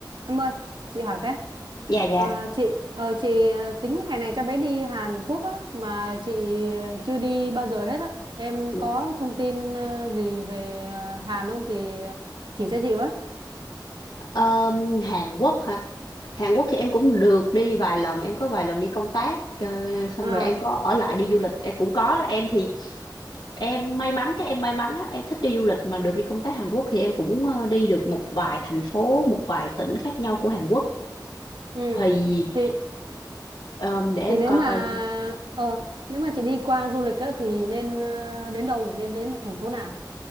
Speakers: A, on the right (about 80°); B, on the left (about 70°).
A: Em ơi, chị hỏi cái.
B: dạ dạ
A: Ờ, chị ờ, chị ờ, tính hè này cho bé đi Hàn Quốc á mà chị ờ, chưa đi bao giờ hết á. Em
B: Dạ.
A: có thông tin ờ, gì về ờ, Hàn không thì chỉ cho chị với.
B: Ờ, Hàn Quốc hả Hàn Quốc thì em cũng được đi vài lần em có vài lần đi công tác ờ, xong
A: À,
B: rồi em có ở lại đi du lịch em cũng có em thì em may mắn chắc em may mắn á em thích đi du lịch mà được đi công tác Hàn Quốc thì em cũng ờ, đi được một vài thành phố một vài tỉnh khác nhau của Hàn Quốc
A: ừ.
B: thì
A: Thì
B: ờ, để em
A: thì nếu
B: coi
A: mà
B: coi
A: ờ nếu mà chị đi qua du lịch á thì nên ờ, đến đâu nhỉ? Nên đến thành phố nào?